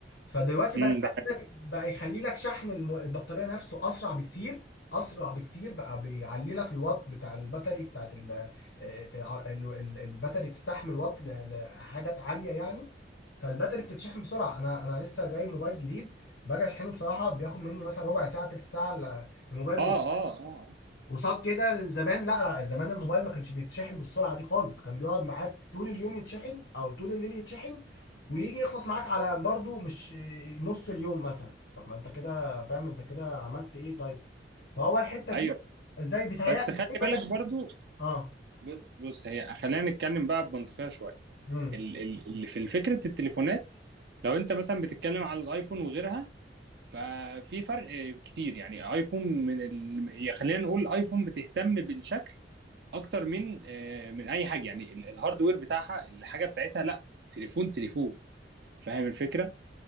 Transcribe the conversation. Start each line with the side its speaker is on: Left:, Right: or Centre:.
Left: فدلوقتي
Right: امم
Left: بقى يخلي
Right: ده حقيقي.
Left: لك بقى يخلي لك شحن الم- البطاريه نفسه اسرع بكتير اسرع بكتير بقى بيعلي لك الوات بتاع الباتري بتاعت ال- آه، آه، ع- ال- ال- الباتري تستحمل وات ل- لحاجات عاليه يعني فالباتري بتتشحن بسرعه انا انا لسه جاي موبايل جديد باجي اشحنه بصراحه بياخد مني مثلا ربع ساعه تلت ساعه ل- الموبايل
Right: اه
Left: بيبقى
Right: اه اه
Left: وصاد كده زمان لا لا زمان الموبايل ما كانش بيتشحن بالسرعه دي خالص كان بيقعد معاك طول اليوم يتشحن او طول الليل يتشحن ويجي يخلص معاك على برضو مش إيه، نص اليوم مثلا طب ما انت كده فاهم انت كده عملت ايه طيب فهو الحته
Right: ايوه
Left: دي ازاي بيتهيألي
Right: بس
Left: إزاي
Right: خلي بالك
Left: بقيت
Right: برضو
Left: اه
Right: ب- بص هي خلينا نتكلم بقى بمنطقية شوية
Left: امم
Right: ال- ال- اللي في فكرة التليفونات لو انت مثلا بتتكلم على الايفون وغيرها ففي فرق كتير يعني ايفون من ال... يا خلينا نقول ايفون بتهتم بالشكل اكتر من آه، من اي حاجة يعني ال- الهاردوير بتاعها الحاجة بتاعتها لا تليفون تليفون فاهم الفكرة